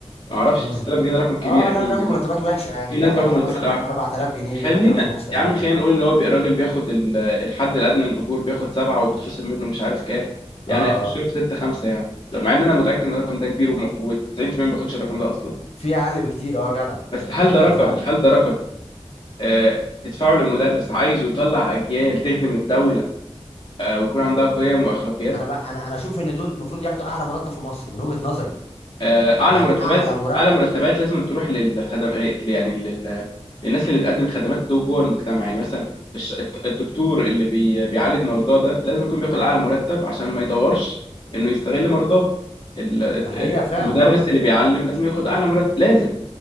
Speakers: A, on the left; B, on the left.
A: ما اعرفش
B: امم
A: 6000 جنيه ده رقم كبير
B: اه
A: اكيد
B: لا اللي بياخدوا
A: يعني
B: مرتبات وحشه يعني
A: في
B: بياخدوا
A: ناس بياخد
B: حوالي
A: مرتبات
B: مثلا 4000 جنيه
A: خلينا
B: 3000 ونص تقريبا
A: يا عم خلينا نقول ان هو بي- الراجل بياخد ال- الحد الادنى للاجور بياخد سبعه وبيتخصم منه مش عارف كام يعني
B: اه
A: هيخش له في سته خمسه يعني طب مع ان انا متاكد ان الرقم ده كبير وم- و90% ما بياخدش الرقم ده اصلا
B: في اقل بكتير اه جدع
A: بس هل
B: دي حقيقه
A: ده رقم
B: فعلا
A: هل ده رقم آه تدفعه لمدرس عايزه يطلع اجيال تخدم الدوله آه ويكون عندها قيم واخلاقيات
B: انا بقى انا انا اشوف ان دول المفروض ياخدوا اعلى مرتب في مصر من وجهه نظري
A: آه، اعلى
B: يعني
A: مرتبات
B: اعلى مرتب
A: اعلى مرتبات لازم تروح للخدمات يعني لل... للناس اللي بتقدم خدمات دول جوه المجتمع يعني مثلا الش... الت- الدكتور اللي بي... بيعالج مرضاه ده لازم يكون بياخد اعلى مرتب عشان ما يدورش انه يستغل مرضاه ال-
B: ده حقيقه
A: آه،
B: فعلا
A: المدرس
B: اه
A: اللي بيعلم لازم ياخد اعلى مرتب لازم